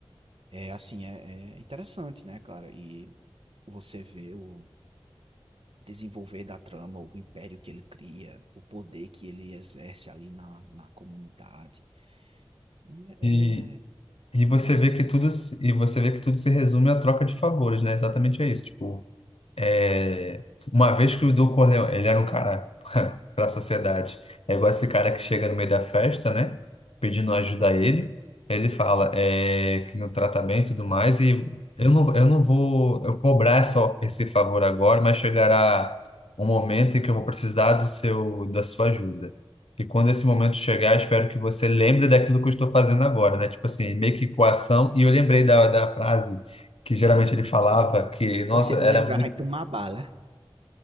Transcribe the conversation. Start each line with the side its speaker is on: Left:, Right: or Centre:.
Right: É assim, é, é interessante, né, cara? E você vê o desenvolver da trama, o império que ele cria, o poder que ele exerce ali na, na comunidade. E É,
Left: E, e você
Right: entendeu?
Left: vê que tudo se- e você vê que tudo se resume à troca de favores, né? Exatamente é isso. Tipo, É, uma vez que o Du Corleone, ele era um cara <laughs> para a sociedade, é igual esse cara que chega no meio da festa, né? Pedindo ajuda a ele. Ele fala é, que no tratamento e tudo mais, e eu não, eu não vou eu cobrar essa, esse favor agora, mas chegará um momento em que eu vou precisar do seu, da sua ajuda. E quando esse momento chegar, espero que você lembre daquilo que eu estou fazendo agora, né? Tipo assim, meio que coação. E eu lembrei da, da frase que geralmente ele falava, que, nossa,
Right: Você não
Left: era
Right: lembrar,
Left: muito
Right: vai tomar bala.